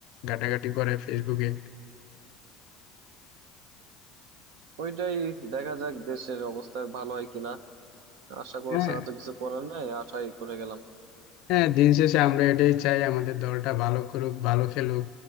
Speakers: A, on the left; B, on the right.
A: ঘাটাঘাটি করে ফেসবুকে
B: ওইটাই দেখা যাক দেশের অবস্থা ভালো হয় কিনা আশা করা
A: হ্যাঁ
B: ছাড়া তো কিছু করার নাই আশাই করে গেলাম
A: হ্যাঁ দিন শেষে আমরা এটাই চাই আমাদের দলটা ভালো করুক ভালো খেলুক